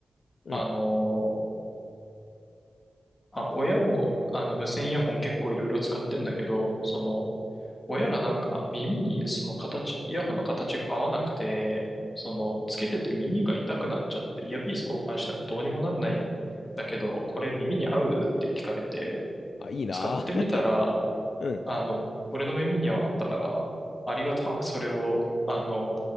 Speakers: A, on the left; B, on the left.
A: う、
B: あの、
A: うん。
B: あ、親も、あの、無線イヤホン結構いろいろ使ってんだけど、その、親がなんか耳にその形、イヤホンの形が合わなくて、その、つけてて耳が痛くなっちゃって、イヤピース交換してもどうにもなんないんだけど、これ耳に合うって聞かれて、
A: あ、いいなぁ。
B: 使ってみたら、
A: <laughs> うん
B: あの、俺の耳にはあったから、ありがたくそれを、あの、